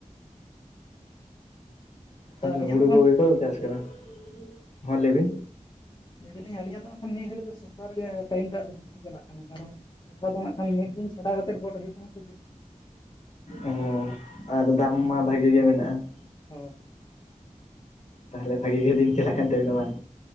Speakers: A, on the left; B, on the left.
A: ᱟᱫᱚ
B: ᱟᱹᱞᱤᱧᱟᱜ
A: ᱦᱩᱲᱩ
B: ᱫᱚ ᱠᱷᱟᱱ
A: ᱠᱚᱜᱮ ᱠᱚ ᱪᱟᱥ ᱠᱟᱫᱟ ᱦᱚᱸ ᱞᱮᱵᱤᱱ᱾
B: ᱞᱮᱹᱭ ᱫᱟᱞᱤᱧ ᱟᱞᱤᱧᱟᱜ ᱫᱚ ᱮᱠᱷᱚᱱ ᱱᱤᱭᱟᱹ ᱜᱷᱟᱹᱲᱤᱡ ᱫᱚ ᱥᱚᱥᱟᱨᱮ ᱜᱮ ᱴᱟᱭᱤᱢ ᱫᱚ ᱦᱟᱸᱜ <unintelligible> ᱫᱚ ᱵᱮᱥᱤ ᱪᱟᱞᱟᱜ ᱠᱟᱱᱟ, ᱠᱟᱨᱚᱱ ᱥᱚᱥᱟ ᱫᱚ ᱱᱟᱜ ᱠᱷᱟᱱ ᱢᱤᱫ ᱫᱤᱱ ᱪᱷᱟᱰᱟ ᱠᱟᱛᱮᱫ ᱜᱚᱰ ᱦᱩᱭᱩᱜ ᱠᱟᱱᱟ ᱥᱮ ᱫᱤᱱ
A: ᱚ ᱟᱨ ᱫᱟᱢ ᱢᱟ ᱵᱷᱟᱜᱮ ᱜᱮ ᱢᱮᱱᱟᱜᱼᱟ?
B: ᱦᱚᱸ
A: ᱛᱟᱦᱚᱞᱮ ᱵᱷᱟᱹᱜᱮ ᱜᱮ ᱫᱤᱱ ᱪᱟᱞᱟᱜ ᱠᱟᱱ ᱛᱟᱵᱤᱱᱟ ᱵᱟᱝ